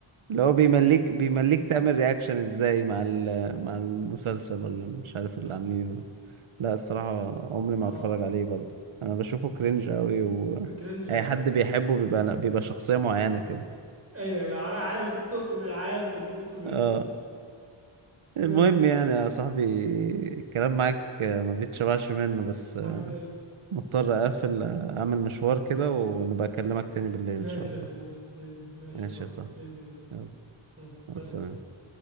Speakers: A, on the right; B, on the right.
A: اللي هو بيمليك بيمليك تعمل رياكشن ازاي مع ال- مع المسلسل ولا مش عارف اللي عاملينه ده لا الصراحة عمري ما
B: اه
A: هتفرج عليه برضه انا بشوفه كرنج قوي و
B: كرنج
A: اي حد بيحبه بيبقى بيبقى شخصية معينة كده
B: ايوه ايوه عار- عارف انت تقصد ايه عارف انت تقصد ايه
A: اه المهم
B: ماشي يا اسطى.
A: يعني يا صاحبي الكلام معاك ما بيتشبعش منه بس
B: حبيب قلبي
A: مضطر اقفل اعمل مشوار كده ونبقى اكلمك تاني بالليل
B: ماشي
A: ان شاء الله
B: يا اخويا بإذن- ماشي
A: ماشي
B: يا صاحبي
A: يا صاحبي
B: بإذن الله
A: يلا
B: يلا سلام
A: مع السلامة